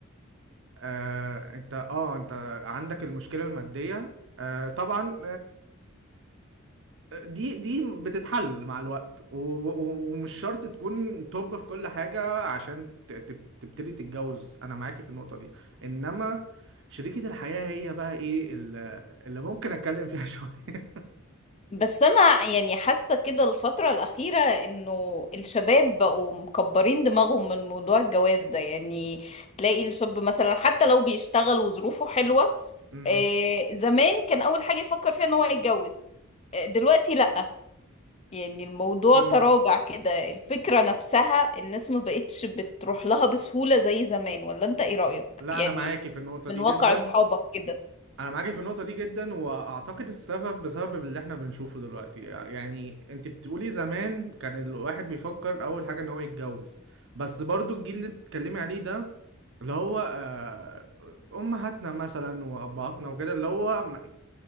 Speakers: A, on the right; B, on the left.
A: آه انت اه انت عندك المشكله الماديه آه طبعا دي دي بتتحل مع الوقت و- و- ومش شرط تكون توب في كل حاجة عشان ت- ت- تبتدي تتجوز أنا معاكي في النقطة دي إنما شريكة الحياة هي بقى إيه ال- اللي ممكن أتكلم فيها <laughs> شوية
B: <laughs> بس انا يعني حاسة كده الفترة الأخيرة انه الشباب بقوا مكبرين دماغهم من موضوع الجواز ده يعني تلاقي الشاب مثلا حتى لو بيشتغل وظروفه حلوة
A: أمم،
B: آه، زمان كان اول حاجة يفكر فيها ان هو يتجوز آه، دلوقتي لا يعني الموضوع
A: أمم.
B: تراجع كده الفكرة نفسها الناس ما بقتش بتروح لها بسهولة زي زمان ولا انت ايه رأيك
A: لا
B: يعني
A: أنا معاكي في النقطة
B: من
A: دي
B: واقع
A: جدا
B: اصحابك كده
A: انا معاكي في النقطه دي جدا واعتقد السبب بسبب اللي احنا بنشوفه دلوقتي يعني انت بتقولي زمان كان الواحد بيفكر اول حاجه ان هو يتجوز بس برضو الجيل اللي بتتكلمي عليه ده اللي هو آه، امهاتنا مثلا وابهاتنا وكده اللي هو م-